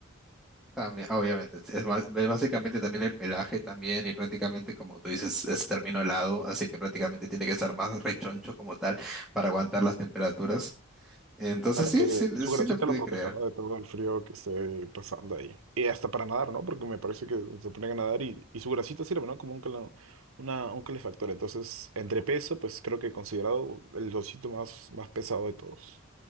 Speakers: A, in the centre; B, on the right.
A: También, obviamente, es es bas- es básicamente también el pelaje también y prácticamente como tú dices es término helado, así que prácticamente tiene que estar más rechoncho como tal para aguantar las temperaturas. Entonces
B: para
A: sí,
B: que
A: sí,
B: su
A: sí
B: grasita
A: lo puede
B: lo proteja,
A: creer.
B: ¿no? De todo el frío que esté pasando ahí. Y hasta para nadar, ¿no? Porque me parece que se ponen a nadar y, y su grasita sirve, ¿no? Como un, cala- una, un calefactor. Entonces, entre peso, pues creo que considerado el osito más, más pesado de todos.